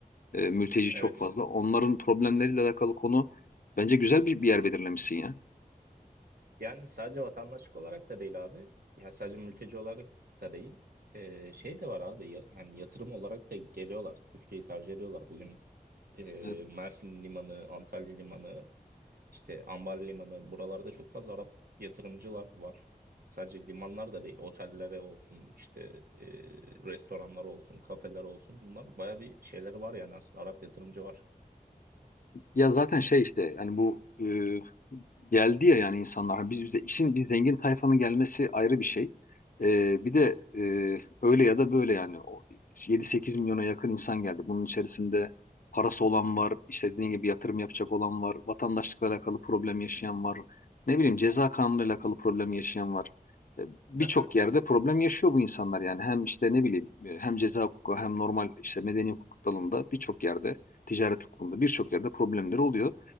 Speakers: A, on the left (about 65°); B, on the right (about 75°).
A: e, mülteci
B: evet.
A: çok fazla onların problemleriyle alakalı konu bence güzel bir, bir yer belirlemişsin ya.
B: Yani sadece vatandaşlık olarak da değil abi. Yani sadece mülteci olarak da değil. Ee, şey de var abi ya- yani yatırım olarak da geliyorlar. Türkiye'yi tercih ediyorlar. Bugün e,
A: Evet,
B: Mersin Limanı, Antalya Limanı, işte Ambar Limanı buralarda çok fazla Arap yatırımcılar var. Sadece limanlar da değil. Otellere olsun, işte e, restoranlar olsun, kafeler olsun. Bunlar baya bir şeyleri var yani aslında. Arap yatırımcı var.
A: Ya zaten şey işte yani bu e, geldi ya yani insanlar biz bize işin bir zengin tayfanın gelmesi ayrı bir şey. E, bir de e, öyle ya da böyle yani o 7-8 milyona yakın insan geldi. Bunun içerisinde parası olan var, işte dediğin gibi yatırım yapacak olan var, vatandaşlıkla alakalı problem yaşayan var. Ne bileyim ceza kanunuyla alakalı problem yaşayan var. E, Birçok
B: Aha,
A: yerde problem yaşıyor bu insanlar yani hem işte ne bileyim e, hem ceza hukuku hem normal işte medeni hukuk dalında birçok yerde ticaret hukukunda birçok yerde problemleri oluyor.